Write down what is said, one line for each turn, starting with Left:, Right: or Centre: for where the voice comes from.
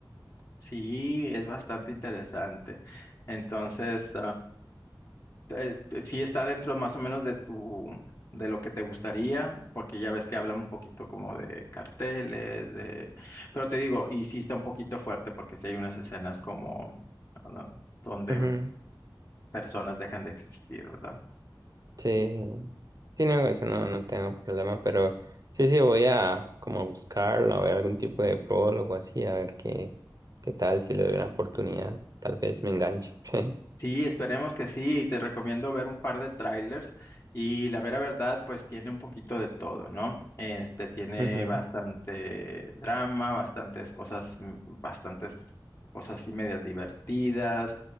Left: sí, es bastante interesante. Entonces, eh, sí está dentro más o menos de tu, de lo que te gustaría, porque ya ves que hablan un poquito como de carteles, de, pero te digo, y sí está un poquito fuerte porque sí hay unas escenas como ah, donde
Right: Ujú,
Left: personas dejan de existir, ¿verdad?
Right: Sí, sí, Sí, no, eso no, no tengo problema, pero sí, sí, voy a como buscarla, voy a algún tipo de prólogo así, a ver qué, qué tal, si le doy una oportunidad, tal vez me enganche. <laughs>
Left: Sí, esperemos que sí, y te recomiendo ver un par de trailers y la mera verdad, pues tiene un poquito de todo, ¿no? Este tiene
Right: Ujú,
Left: bastante drama, bastantes cosas, mm, bastantes cosas así medias divertidas,